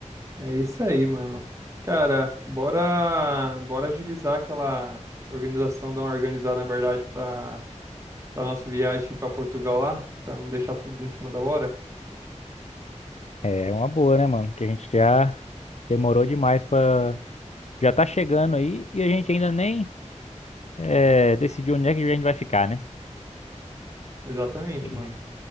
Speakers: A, on the right; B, on the left.
A: É isso aí, mano. Cara, bora, bora agilizar aquela organização, dar uma organizada, na verdade, para para nossa viagem para Portugal lá, para não deixar tudo em cima da hora.
B: É uma boa, né, mano? Que a gente já demorou demais pra. Já tá chegando aí e a gente ainda nem eh, decidiu onde é que a gente vai ficar, né?
A: Exatamente,
B: E,
A: mano.